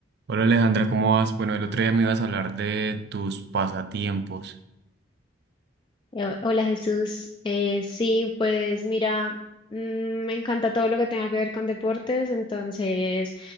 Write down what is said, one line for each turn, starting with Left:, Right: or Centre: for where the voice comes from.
Right: Hola Alejandra, ¿cómo vas? Bueno, el otro día me ibas a hablar de tus pasatiempos.
Left: Eh, Hola Jesús, Eh, sí, pues mira, mm, me encanta todo lo que tenga que ver con deportes, entonces